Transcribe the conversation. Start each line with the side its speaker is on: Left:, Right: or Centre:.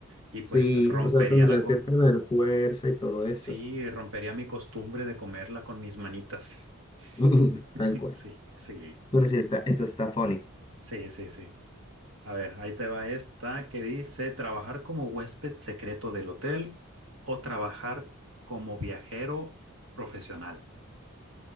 Right: y pues
Left: Sí,
Right: rompería
Left: o sea, tendrías
Right: la co-
Left: que tener fuerza y todo eso.
Right: sí, rompería mi costumbre de comerla con mis manitas.
Left: <laughs>
Right: <laughs>
Left: Tal cual.
Right: Sí, sí,
Left: Pero sí, está, eso está funny.
Right: sí, sí, sí. A ver, ahí te va esta que dice trabajar como huésped secreto del hotel o trabajar como viajero profesional.